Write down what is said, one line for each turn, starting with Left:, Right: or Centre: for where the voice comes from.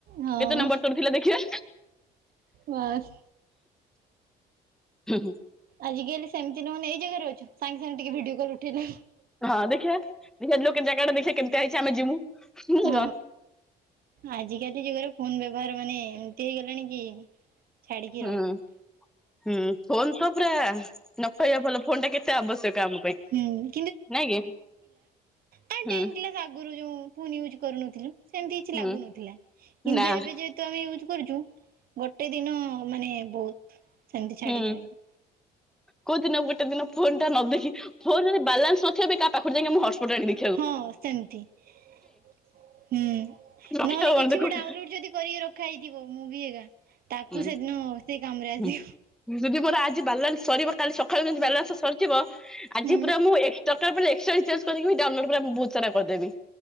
Right: ହଁ
Centre: କେତେ ନମ୍ବର ତୋରଥିଲା ଦେଖିବା?
Right: ବାସ୍
Centre: ହୁଁ ହୁଁ।
Right: ଆଜିକାଲି ସେମତି ନହେଲେ ଏଇ ଜାଗାରେ ଅଛୁ ସାଙ୍ଗେ ସାଙ୍ଗେ ଟିକେ ଭିଡିଓ କଲ୍ ଉଠେଇଲୁ।
Centre: ହଁ ଦେଖିବା ଦେଖିବା ଯୋସଜାଗା ଟା ଦେଖିବା କେମିତିଆ ହେଇଚି ଆମେ ଯିମୁ। ନା
Right: ହଁ
Centre: କଣ
Right: ଆଜିକାଲି ଯୁଗରେ ଫୋନ ବ୍ୟବହାର ମାନେ ଏମିତି ହେଇଗଲାଣି କି ଛାଡିକି
Centre: ହୁଁ
Right: ରହିହବନି
Centre: ହୁଁ ଫୋନ ତ ପ୍ରା ଆ ନ କହିବା ଭଲ ଫୋନ ଟା କେତେ ଆବଶ୍ୟକ ଆମ ପାଇଁ
Right: ହୁଁ
Centre: ନାଇଁ କି?
Right: କାଇଁ
Centre: ହୁଁ
Right: ଟେନ କ୍ଲାସ ଆଗରୁ ଯୋଉ ଫୁନ୍ ୟୁଜୁ କରୁନଥିଲୁ ସେମତି କିଛି ଲାଗୁନଥିଲା
Centre: ହୁଁ
Right: କିନ୍ତୁ
Centre: ନା
Right: ଏବେ ଯେ ତେ ୟୁଜ କରୁଛୁ ଗୋଟେ ଦିନ ମାନେ ବହୁତ୍ ସେମିତି ଛାଡିକି
Centre: ହୁଁ
Right: ରହିହୋଉନି।
Centre: କୋଉ ଦିନ ଗୋଟେ ଦିନ ଫୋନଟା ନ ଦେଖି ଫୋନରେ ବାଲାନ୍ସ ନଥିବ ପାଇଁ କାହା ପାଖରୁ ଯାଇକି ଆମ ହସ୍‌ପୋଟରେ ଆଣି ଦେଖି
Right: ହଁ ସେମିତି ହୁଁ। ନହେଲେ
Centre: ରଖିହବନି
Right: କିଛି
Centre: ତ କୋଉଠି
Right: ବି ଡାଉନଲୋଡ ଯଦି କରିକି ରଖା ହେଇଥିବ ମୁଁ ବି ହିରା ତାକୁ
Centre: ହୁଁ
Right: ସେଦିନ ସେ କାମରେ ଆସିବ।
Centre: ହୁଁ ଯଦି ମୋର ଆଜି ବାଲାନ୍ସ ସରିବ କାଲି ସକାଳୁ ଯେମିତି ବାଲାନ୍ସ ସରିଯିବ ଆଜି
Right: ହୁଁ
Centre: ପୁରା ମୁଁ ଏ ଦରକାର ପଇଲେ ଏସ୍‌ଟ୍ରା ରିଚାର୍ଜ କରିକି ବି ଡାଉଲୋଡ୍ ପରା ବହୁତ୍ ସାରା କରିଦେବି।